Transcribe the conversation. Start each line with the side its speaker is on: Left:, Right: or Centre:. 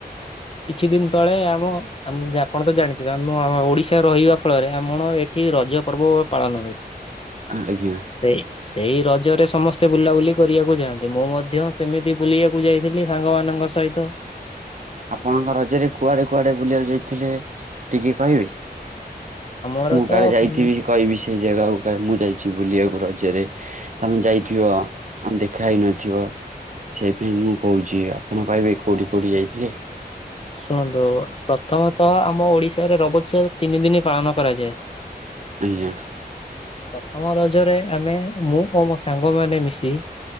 Left: କିଛି ଦିନ ତଳେ ଆମ ଆପଣ ତ ଜାଣି ଆମ ଓଡିଶାରେ ରହିବା ଫଳରେ ଆମର ଏଠି ରଜ ପର୍ବ ପାଳନ ହୁଏ।
Right: ଆଜ୍ଞା
Left: ସେଇ ସେଇ ରଜରେ ସମସ୍ତେ ବୁଲାବୁଲି କରିବାକୁ ଯାଆନ୍ତି ମୁଁ ମଧ୍ୟ ସେମିତି ବୁଲିବାକୁ ଯାଇ ଥିଲି ସାଙ୍ଗମାନଙ୍କ ସହିତ
Right: ଆପଣଙ୍କ ରଜରେ କୁଆଡେ କୁଆଡେ ବୁଲିବାକୁ ଯାଇଥିଲେ ଟିକେ କହିବେ?
Left: ଆମର
Right: ମୁଁ
Left: ତ
Right: କାଳେ ଯାଇଥିବି କହିବି ସେ ଜାଗାକୁ କା ମୁଁ ଯାଇଛି ବୁଲିବାକୁ? ରଜ ରେ ତମେ ଯାଇଥିବ ଆମେ ଦେଖା ହେଇନଥିବ ସେଇ ପାଇଁ ମୁଁ କହୁଛି ଆପଣ କହିବେ କୋଉଠି କୋଉଠି ଯାଇଥିଲେ?
Left: ଶୁଣନ୍ତୁ ପ୍ରଥମତଃ ଆମ ଓଡିଶାରେ ରବ ଉତ୍ସ ତିନି ଦିନ ପାଳନ କରାଯାଏ
Right: ଆଜ୍ଞା
Left: ପ୍ରଥମ ରଜରେ ଆମେ ମୁଁ ଓ ମୋ ସାଙ୍ଗ ମାନ ମିଶି